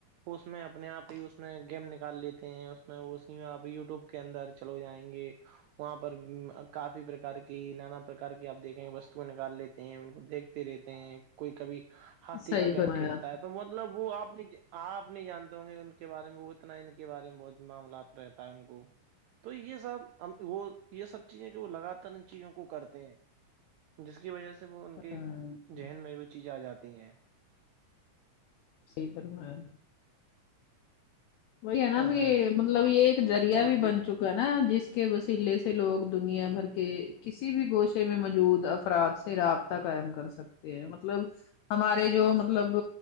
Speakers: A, on the right (about 85°); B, on the left (about 85°).
A: اس میں اپنے آپ ہی اس میں گیم نکال لیتی ہیں اس میں وہ آپ یوٹیوب کے اندر چلو جائیں گے وہاں پر کافی پرکار کی نانا پرار کی آپ دیکھیں گے وستوں نکال لیتے ہیں ان کو دیکھ رہتے ہیں کوئی کبھی ہاتھی
B: صحیح
A: کا گیم
B: فرمایا
A: کھیلتا
B: آپ
A: ہے تو مطلب وہ آپ آپ نہیں جانتے ہ گے ان کے بارے میں وہ اتنا کے بارے میں بہت معاملات رہتا ہے ان کو تو یہ سب وہ یہ سب چیزیں کہ وہ لگاتار ان چیزوں کو کرتے ہیں جس کی وجہ سے وہ ان کے
B: نے،
A: ذہن میں وہ چیزیں آ جاتی ہیں
B: صحیح فرمایا وہی ہے نا
A: ہاں
B: بھی مطلب یہ ایک رییا
A: اور
B: بھی
A: دیک
B: بن چکا نا جس کے وسیلے سے لوگ دنیا بھر کے کسی بھی گوشے میں موجود افراد سے رابطہ قائم کر سکتے ہیں مطلب ہمارے جو مطلب